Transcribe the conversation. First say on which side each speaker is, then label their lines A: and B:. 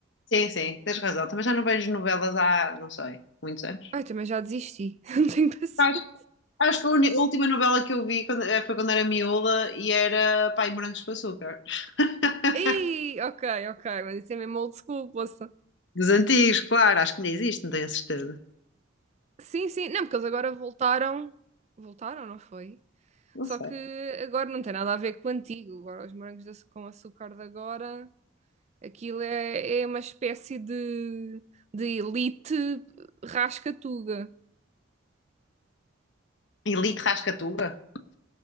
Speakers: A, on the left; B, on the right.
A: Sim, sim, tens razão. Também já não vejo novelas há, não sei, muitos anos.
B: Ai, também já desisti, <laughs> não tenho paciência.
A: Acho, acho que a, uni- a última novela que eu vi quando- eh, foi quando era miúda e era Pai Morangos com Açúcar. <laughs>
B: Ih, ok, ok, mas isso é mesmo old school, poça.
A: Dos antigos, claro, acho que ainda existe, não tenho a certeza.
B: Sim, sim, não, porque eles agora voltaram. Voltaram, não foi?
A: Não
B: Só
A: sei.
B: que agora não tem nada a ver com o antigo. Agora os morangos de açu- com açúcar de agora, aquilo é, é uma espécie de, de elite rascatuga.
A: Elite Rascatuga?